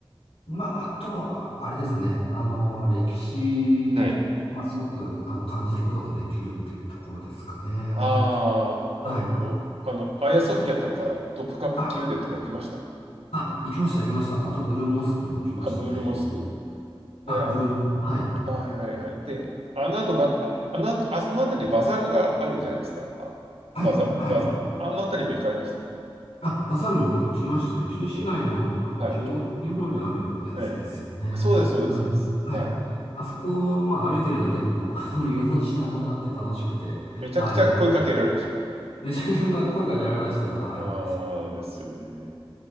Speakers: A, on the left; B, on the right.
A: まあ、あと、ああれですね。あの、歴史、
B: はい。
A: まあ、すごく、あの、感じることができるっていうところですかね。
B: ああ、
A: はい。
B: なるほど。あの、アヤソフィアとか、
A: あ、
B: トプカプ宮殿とか行きました
A: あ、あ、行きました、行きました。あと、ブルーモスクも行きましたね。
B: あ、ブールモスク。で、
A: あ、
B: あ、
A: ブルーモスク、はい。
B: あはいはいはい。で、あの後な、あ、あの後、あその辺りバザルがあるじゃないですか。あ、
A: はい、
B: バザ、
A: はい。
B: バザ、あの辺りも行かれました。
A: あ、バサルも行きましたね。旧市街の、
B: うん
A: あの、
B: はい。
A: 城壁の方にあるやつですよね。
B: ええ。そうです、そうです、
A: はい、
B: そうです。
A: はい。
B: はい。
A: あそこ、まあ、歩いてるだけでも、あのいろんな品物あって楽しくて、
B: めちゃくちゃ声かけられるでしょ。
A: はい。めちゃめちゃ声声かけられましたよ。はい。
B: ああ、ですよね。